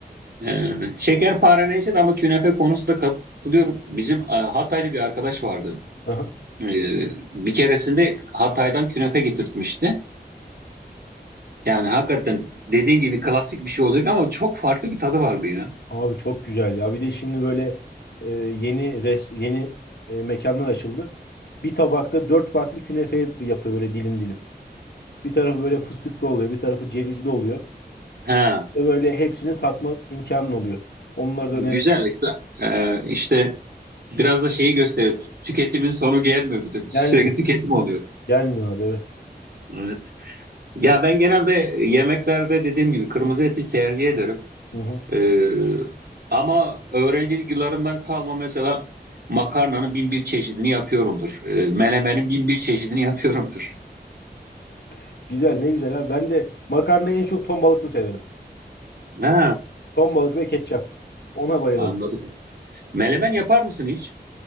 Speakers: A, on the right (about 65°); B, on the left (about 75°).
A: E, şekerpare neyse de ama künefe konusunda katılıyorum. Bizim e, Hataylı bir arkadaş vardı.
B: Aha.
A: E, bir keresinde Hatay'dan künefe getirtmişti. Yani hakikaten dediğin gibi klasik bir şey olacak ama çok farklı bir tadı vardı ya.
B: Abi çok güzel ya. Bir de şimdi böyle e, yeni res yeni e, mekanlar açıldı. Bir tabakta dört farklı künefe yapıyor böyle dilim dilim. Bir tarafı böyle fıstıklı oluyor, bir tarafı cevizli oluyor.
A: He.
B: Ve böyle hepsini tatma imkanın oluyor. Onları
A: Güzel
B: da öneririm.
A: işte, Ee, işte biraz da şeyi gösteriyor. Tüketimin sonu gelmiyor bir türlü. Sürekli
B: Gelmiyor.
A: tüketim oluyor.
B: Gelmiyor abi evet.
A: Evet. Ya ben genelde yemeklerde dediğim gibi kırmızı eti tercih ederim.
B: Hı hı.
A: Ee, ama öğrencilik yıllarımdan kalma mesela makarnanın bin bir çeşidini yapıyorumdur. Ee, melemenin bin bir çeşidini yapıyorumdur.
B: <laughs> Güzel ne güzel abi. Ben de makarnayı en çok ton balıklı severim.
A: Ha,
B: Ton balık ve ketçap. Ona bayılırım.
A: anladım. Melemen yapar mısın hiç?